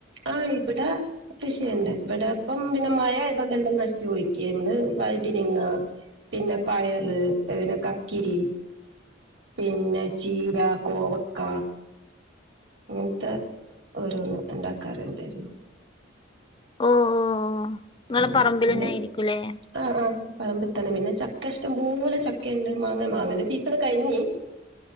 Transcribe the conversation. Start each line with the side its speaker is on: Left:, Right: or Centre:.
Right: ആഹ് ഇവിടെ കൃഷിയുണ്ട് ഇവിടെപ്പം പിന്നെ മഴ ആയത് കൊണ്ട് എല്ലാം നശിച്ച് പൊയിരിക്കുക നമ്മള് വൈതനങ്ങ പിന്നെ പയറ് കക്കിരി പിന്നെ ചീര കോവക്ക അങ്ങനത്തെ ഓരോന്ന് ഉണ്ടാക്കാറണ്ടായിരുന്നു
Left: ഓ ഓ നിങ്ങളെ
Right: ഉം
Left: പറമ്പിലന്നെ
Right: പിന്നെ
Left: ആയിരിക്കൂലേ
Right: ആ ആ പറമ്പിൽത്തനെ പിന്നെ ചക്ക ഇഷ്ടം പോലെ ചക്ക ഉണ്ട് മാങ്ങ മാങ്ങന്റെ സീസൺ കഴിഞ്ഞ്